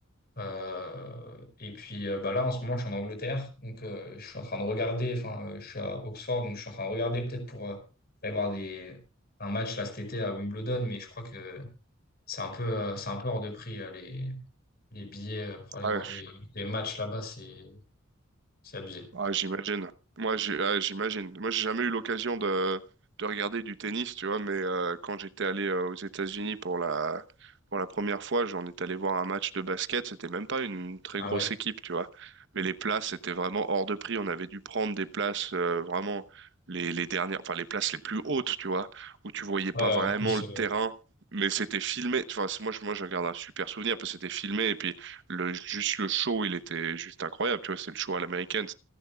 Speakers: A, on the left; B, on the right.
A: Euh, et puis euh, bah là, en ce moment, je suis en Angleterre. Donc, euh, je suis en train de regarder. Enfin, euh, je suis à Oxford. Donc, je suis en train de regarder peut-être pour euh, aller voir des, un match là cet été à Wimbledon. Mais je crois que c'est un peu, euh, c'est un peu hors de prix euh, les, les billets euh, pour aller
B: Ah,
A: voir des, des matchs là-bas. C'est, c'est abusé.
B: Ah, j'imagine. Moi, j'ai, ah, j'imagine. Moi, j'ai jamais eu l'occasion de, de regarder du tennis, tu vois, mais euh, quand j'étais allé euh, aux États-Unis pour la, pour la première fois, j'en étais allé voir un match de basket. C'était même pas une très
A: Ah
B: grosse
A: ouais.
B: équipe, tu vois. Mais les places étaient vraiment hors de prix. On avait dû prendre des places euh, vraiment les, les dernières, enfin les places les plus hautes, tu vois, où tu voyais
A: Ouais,
B: pas vraiment
A: en plus,
B: le
A: euh,
B: terrain. Mais c'était filmé, tu vois, c'est- moi, je- moi, je garde un super souvenir parce que c'était filmé et puis le, juste le show, il était juste incroyable, tu vois, c'est le show à l'américaine,